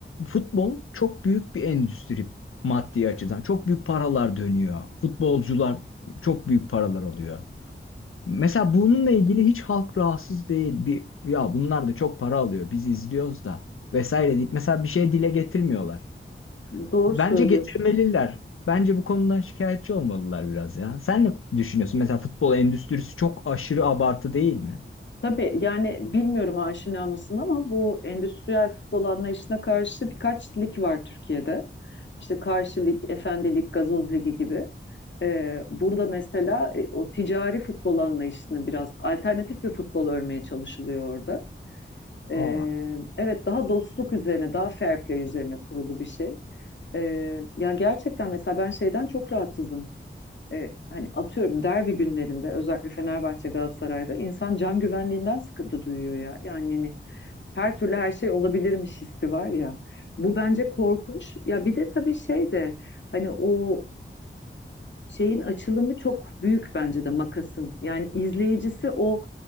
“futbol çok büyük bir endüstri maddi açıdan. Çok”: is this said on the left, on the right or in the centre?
Left